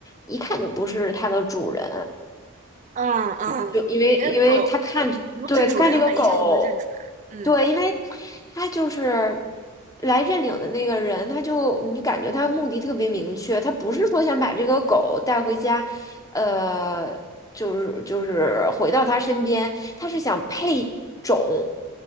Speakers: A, on the left; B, on the right.
A: 一看就不是它的主人。
B: 嗯嗯，
A: 就因为因为他看，
B: 因为狗如果是主人的话，
A: 对，他看这个狗，
B: 一下就能认出来。嗯
A: 对，因为他就是来认领的那个人，他就你感觉他目的特别明确，他不是说想把这个狗带回家，呃，就是就是回到他身边，他是想配种。